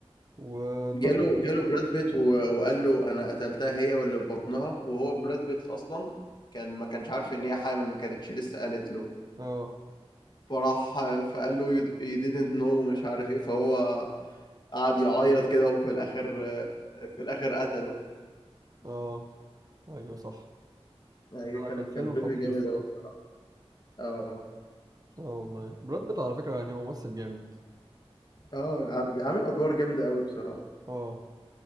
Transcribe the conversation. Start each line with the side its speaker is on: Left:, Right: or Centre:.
Right: ودماغه
Left: جاله جاله
Right: في البوكس
Left: براد بيت و- وقال له انا قتلتها هي واللي في بطنها وهو براد بيت اصلا كان ما كانش عارف ان هي حامل ما كانتش لسه قالت له
Right: اه
Left: فراح فقال له you you didn't know مش عارف ايه فهو قعد يعيط كده وفي الاخر في الاخر قتله
Right: اه ايوه صح
Left: ايوه
Right: لا،
Left: كان
Right: كان فيلم
Left: كان فيلم
Right: خطير
Left: جامد
Right: الصراحه
Left: قوي بصراحه اه
Right: اه والله براد بيت على فكره يعني هو ممثل جامد
Left: اه عم- عامل ادوار جامده قوي بصراحه
Right: اه